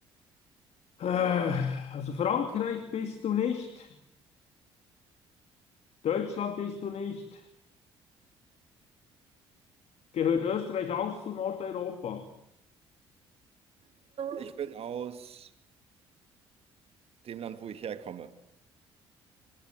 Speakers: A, on the left; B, on the right.
A: Äh, also Frankreich bist du nicht. Deutschland bist du nicht. Gehört Österreich auch zu Nordeuropa?
B: Ich bin aus dem Land, wo ich herkomme.